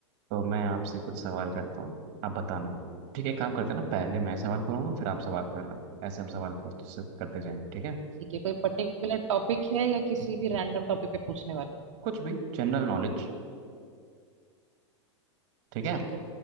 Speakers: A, on the right; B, on the right.
A: तो मैं आपसे कुछ सवाल करता हूँ आप बताना ठीक है एक काम करते हैं ना पहले मैं सवाल करूंगा फिर आप सवाल करना ऐसे हम सवाल करते करते जाएंगे ठीक है
B: ठीक है कोई पर्टिकुलर टॉपिक है या किसी भी रैंडम टॉपिक पे पूछने वाले हो
A: कुछ भी जनरल नॉलेज ठीक है
B: ठीक है